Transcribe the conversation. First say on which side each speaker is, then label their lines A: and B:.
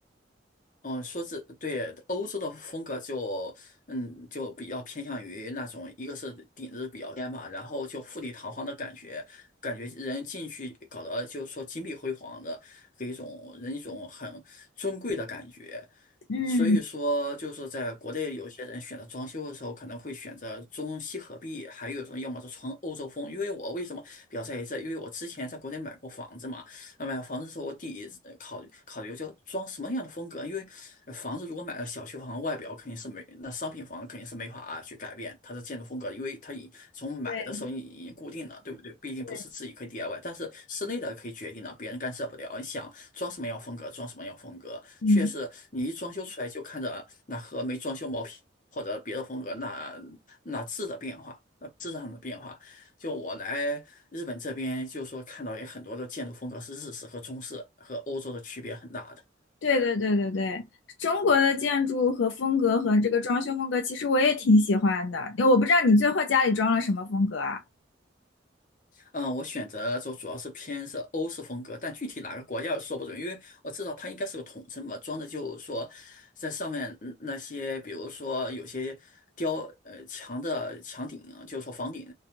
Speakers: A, on the left; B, on the left.
A: 嗯，说这对欧洲的风格就，嗯，就比较偏向于那种，一个是顶子比较尖嘛，然后就富丽堂皇的感觉，感觉人进去搞得就是说金碧辉煌的，给一种人一种很尊贵的感觉。
B: 嗯。
A: 所以说，就是说在国内有些人选择装修的时候，可能会选择中西合璧，还有一种要么是纯欧洲风。因为我为什么比较在意这？因为我之前在国内买过房子嘛。那买房子的时候，我第一考虑考虑就装什么样的风格，因为呃房子如果买了小区房，外表肯定是没，那商品房肯定是没法去改变它的建筑风格，因为它已从买的时候你已经固定了，
B: 对
A: 对不对？毕竟不是自己可以
B: 对，
A: DIY，但是室内的可以决定了，别人干涉不了。你想装什么样风格，装什么样风格，
B: 嗯
A: 确实你一装修出来就看着那和没装修毛坯或者别的风格那那质的变化，呃质上的变化。就我来日本这边，就说看到有很多的建筑风格是日式和中式，和欧洲的区别很大的。
B: 对对对对对，中国的建筑和风格和这个装修风格，其实我也挺喜欢的。因为我不知道你最后家里装了什么风格啊？
A: 嗯，我选择就主要是偏是欧式风格，但具体哪个国家说不准，因为我知道它应该是个统称吧，装的就是说，在上面嗯那些，比如说有些雕呃墙的墙顶啊就是说房顶